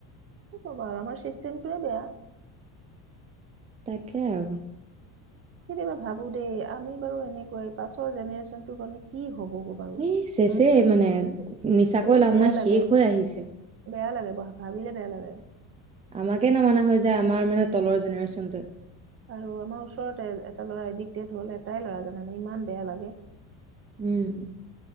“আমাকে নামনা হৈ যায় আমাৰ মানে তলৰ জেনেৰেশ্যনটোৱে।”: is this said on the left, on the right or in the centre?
Right